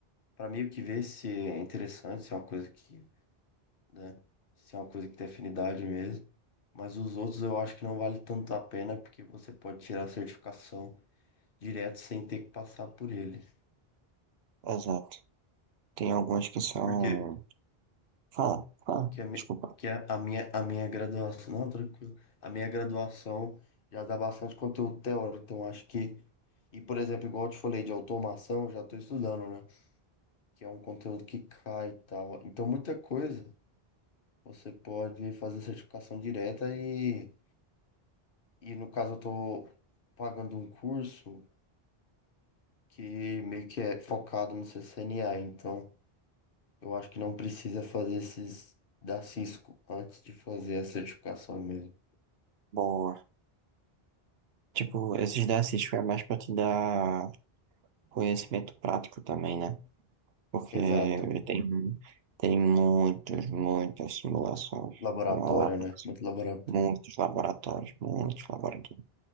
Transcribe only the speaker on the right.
exato. Tem alguns que são,
fala, fala,
desculpa.
Boa. Tipo, esses da Cisco é mais pra te dar conhecimento prático também, né? Porque
tem, tem muitos, muitas simulações
lá, lá,
muitos laboratórios, muitos laboratórios.